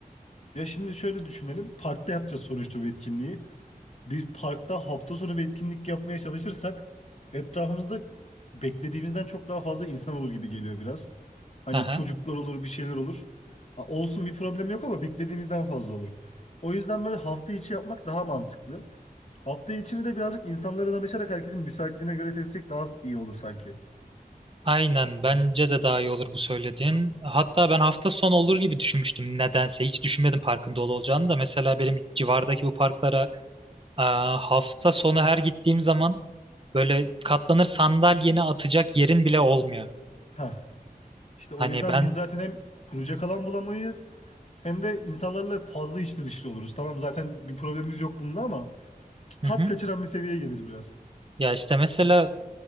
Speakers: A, on the left (about 45°); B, on the right (about 35°).
A: Ya şimdi şöyle düşünelim. Parkta yapacağız sonuçta bu etkinliği. Bir parkta hafta sonu bir etkinlik yapmaya çalışırsak etrafımızda beklediğimizden çok daha fazla insan olur gibi geliyor biraz. Hani
B: Hı hı.
A: çocuklar olur, bir şeyler olur. Ha, olsun bir problem yok ama beklediğimizden fazla olur. O yüzden böyle hafta içi yapmak daha mantıklı. Hafta içini de birazcık insanlara danışarak herkesin müsaitliğine göre seçsek daha iyi olur sanki.
B: Aynen bence de daha iyi olur bu söylediğin. Hatta ben hafta sonu olur gibi düşünmüştüm nedense. Hiç düşünmedim parkın dolu olacağını da. Mesela benim civardaki bu parklara aa, hafta sonu her gittiğim zaman böyle katlanır sandalyeni atacak yerin bile olmuyor.
A: Ha, işte o
B: Hani
A: yüzden
B: ben...
A: biz zaten hem kuracak alan bulamayız Hem de insanlarla fazla içli dışlı oluruz. Tamam zaten bir problemimiz yok bununla ama tat
B: Hı hı.
A: kaçıran bir seviyeye gelir biraz.
B: Ya işte mesela